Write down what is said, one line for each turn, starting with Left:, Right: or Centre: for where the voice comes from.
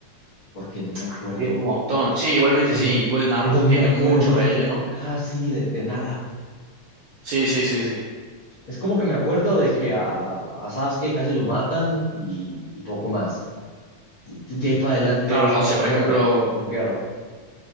Left: porque no me acuerdo,
Right: Ah, bien un montón. Sí, igualmente
Left: yo
Right: sí,
Left: no,
Right: igual Naruto
Left: no me
Right: tiene
Left: acuerdo
Right: mucho relleno.
Left: de casi de de nada.
Right: Sí, sí, sí, sí.
Left: Es como que me acuerdo de que a, a Sasuke casi lo matan y, y poco más. De de ahí para adelante
Right: Claro,
Left: es como
Right: o sea,
Left: de,
Right: por
Left: bueno,
Right: ejemplo,
Left: guerra.